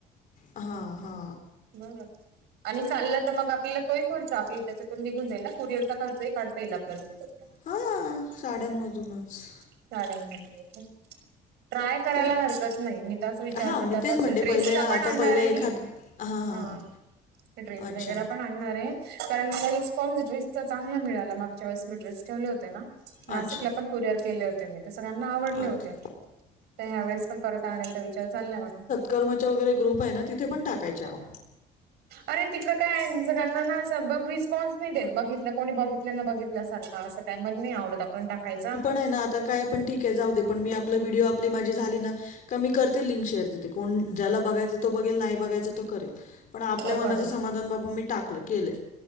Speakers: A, on the left; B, on the right.
A: हा हा.
B: मग, आणि चाललं तर मग आपल्याला तोही खर्च आपली त्याच्यातून निघून जाईल कुरिअरचा खर्चही काढता येईल आपल्याला त्याच्यात
A: हा साड्यांमधूनच.
B: <unintelligible> ट्राय करायला
A: पण
B: हरकत नाही मी तच विचार
A: हां
B: करते
A: मी
B: आता
A: तेच म्हणते
B: ड्रेसचा
A: पहिले आता
B: पण आणणार
A: पहिलं
B: आहे
A: एखाद
B: मी.
A: हां हां हां
B: हा ड्रेस
A: अच्छा
B: वगैेरा पण आणू-‍- कारण मला रिस्पॉन्स ड्रेसचा चांगला मिळाला मागच्या वेळेस मी ड्रेस ठेवले होते ना.
A: अच्छा
B: नाशिकला पण कुरिअर केले होते मी. ते सगळ्यांना आवडले
A: अच्छा
B: होते तर ह्या वेळेस पण परत आणण्यायचा विचार चाललाय माझा.
A: कर्मच्या वगैरे ग्रुप आहे ना तिथे पण टाकायच्या अहो.
B: अरे तिकड काय सगळ्यांना अस ब रिस्पॉन्स नाही देत, बघितलं कोणी बघितलं ना बघितल्यासारखं असं. काय मण मी आवडत आपण टाकायचा.
A: नाही, नंतर काय पण ठीक आहे जाऊ दे पण मी आपला व्हिडिओ आपली माझी झाली ना का मी करते लिंक शेअर दथे कोण ज्याला बघायच तो बघेल नाही बघायच तो करेल पण आपल्या
B: हो
A: मनाचं
B: कर
A: समाधान बाबा मी टाकल. केलं.